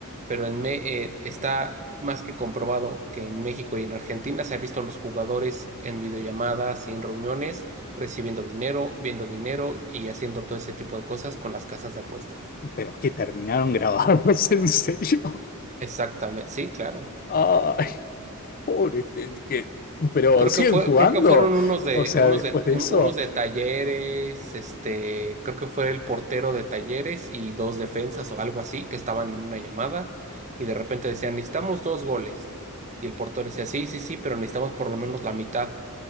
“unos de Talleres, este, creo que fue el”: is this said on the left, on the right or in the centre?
Right